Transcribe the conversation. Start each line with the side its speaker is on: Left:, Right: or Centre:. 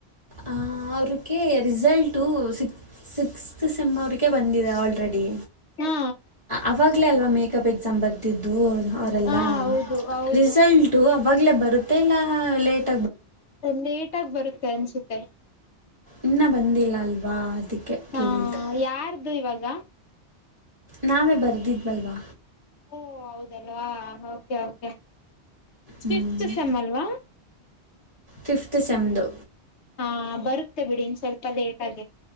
Right: ಆ ಅವ್ರಿಗೆ ರಿಸಲ್ಟು ಸಿಕ್ ಸಿಕ್ಸ್ತ್ ಸೆಮವರ್ಗೆ ಬಂದಿದೆ ಆಲ್ರೆಡಿ
Left: ಹಾ
Right: ಅವಾಗ್ ಇಲ ಅಲ್ವಾ ಮೇಕಪ್ ಎಕ್ಸಾಮ್ ಬರ್ತಿದ್ದು ಅವರೆಲ್ಲ
Left: ಹಾ ಹೌದು ಹೌದು
Right: ರೆಸುಲ್ಟು ಆವಾಗಲೇ ಬರುತ್ತೆ ಇಲ್ಲ ಲೇಟ್
Left: ಲೇಟ್ ಆಗ ಬರುತ್ತೆ ಅನ್ಸುತ್ತೆ
Right: ಇನ್ನ ಬಂದಿಲ್ಲ ಅಲ್ವಾ ಅದಕ್ಕೆ ಕೇಳಿದೆ
Left: ಹಾ ಯಾರ್ದು ಇವಾಗ
Right: ನಾವೇ ಬರ್ದಿದ್ವಲ್ವಾ
Left: ಓ ಹೌದಲ್ವಾೆೆ ಓಕೆ ಓಕೆ
Right: ಹ್ಞೂ
Left: ಫ ಸೆಮ್ಮಲ್ವಾ
Right: ಫಿಫ್ತ್ ಸೆಮ್ದು
Left: ಹ ಬರುತ್ತೆ ಬಿಡಿ ಇನ್ ಸ್ವಲ್ಪ ಲೇಟ್ ಆಗಿ